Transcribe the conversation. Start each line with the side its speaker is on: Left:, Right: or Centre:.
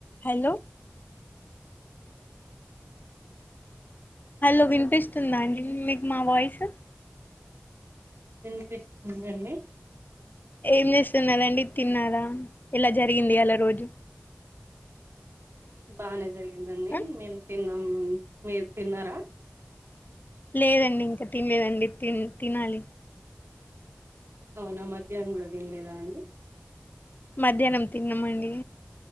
Left: Hello hello వినిపిస్తుదండి మీక్ మా వాయిసు
Right: విన్పిస్తుందడి
Left: ఏం చేస్తున్నారండి తిన్నారా ఇలా జరిగింది అలా రోజు
Right: బాలే జరిగిదండి
Left: ఆ
Right: మేము తిన్నాం మ్మ్ మీర్ తిన్నారా
Left: లేదండి ఇంకా తినలేదండి తిన్ తినాలి
Right: అవునా మధ్యానం కూడా తినలేదా అండి
Left: మధ్యానం తిన్నామండి